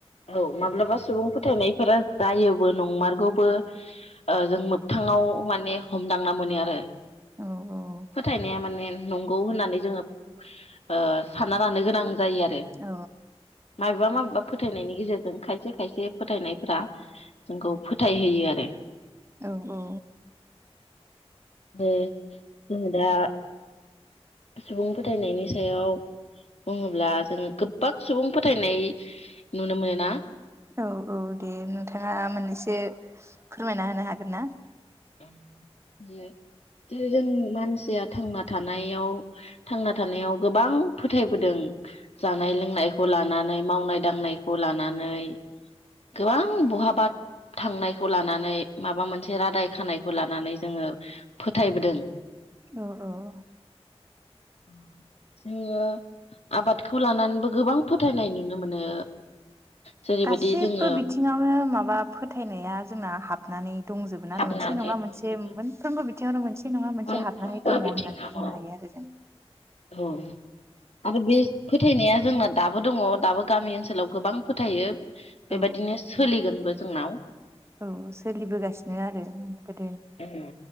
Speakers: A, on the left; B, on the right.
A: औ माब्लाबा सुबुं फोथायनायफोरा जायोबो नंमारगौबो जों मोगथाङाव माने हमदांना मोनो आरो।
B: औ औ
A: फोथायनाया माने नंगौ होननानै जोङो ओ सानना लानो गोनां जायो आरो
B: औ
A: माबेबा माबे बा फोथ फोथायनायनि गेजेरजों खायसे खायसे फोथायनायफ्रा जोंखौ फोथायहोयो आरो।
B: औ औ
A: दे जों दा सुबुं फोथायनायनि सायाव बुङोब्ला जोङो गोबां सुबुं फोथायनाय नुनो मोनोना
B: औ औ दे नोंथाङा मोननैसो फोरमायना होनो हागोन ना?
A: बेयो जेरै जों मानसिया थांना थानायाव थांना थानायाव गोबां फोथायबोदों। जानाय लोंनायखौ लानानै मावनाय दांनायखौ लानानै गोबां बहाबा थांनायखौ लानानै माबा मोनसे रादाय खानायखौ लानानै जोङो फोथायबोदों
B: औ औ
A: ओ नोङो आबादखौ लानानैबो गोबां फोथायनाय नुनो मोनो जेरैबायदि
B: गासिबो
A: जोङो
B: बिथिङावनो माबा फोथायनाया जोंना हाब नानै दंजोबोना
A: हाबनानै
B: मोनसे नङा
A: दं
B: मोनसे
A: जोङो
B: मोनफ्रोमबो बिथिङावनो मोनसे नङा मोनसे
A: मोनफ्रोमबो
B: हाबनानै दङ
A: बिथिङाव
B: होननानै बुंनो
A: औ
B: हायो आरो जों
A: औ आरो बे फोथायनाया जोंना दाबो दङ दाबो गामि ओनसोलाव गोबां फोथायो बेबायदिनो
B: औ
A: सोलिगोनबो जोंनाव
B: औ सोलिबोगासिनो नो आरो माने गोद
A: ओ